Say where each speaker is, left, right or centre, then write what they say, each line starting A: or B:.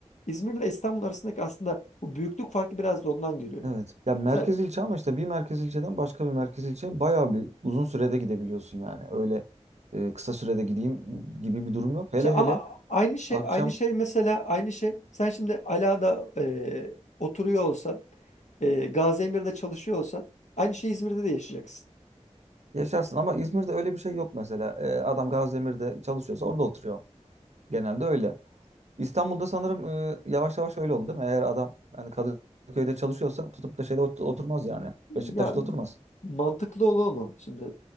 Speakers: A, on the left; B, on the right.
A: İzmir'le İstanbul arasındaki aslında bu büyüklük farkı biraz da ondan geliyor.
B: Evet. Ya merkez
A: Sen,
B: ilçe ama işte bir merkez ilçeden başka bir merkez ilçe bayağı bir uzun sürede gidebiliyorsun yani. Öyle e, kısa sürede gideyim gibi bir durum yok. Hele
A: işte ama
B: hele
A: aynı şey
B: akşam
A: aynı şey mesela aynı şey sen şimdi Ala'da e, oturuyor olsan e, Gaziemir'de çalışıyor olsan aynı şey İzmir'de de yaşayacaksın.
B: Yaşarsın ama İzmir'de öyle bir şey yok mesela. Ee, adam Gaziemir'de çalışıyorsa orada oturuyor. Genelde öyle. İstanbul'da sanırım e, yavaş yavaş öyle oldu değil mi? Eğer adam yani Kadıköy'de çalışıyorsa tutup da şeyde ot- oturmaz yani. Beşiktaş'ta
A: Ya
B: oturmaz.
A: mantıklı olan o. Şimdi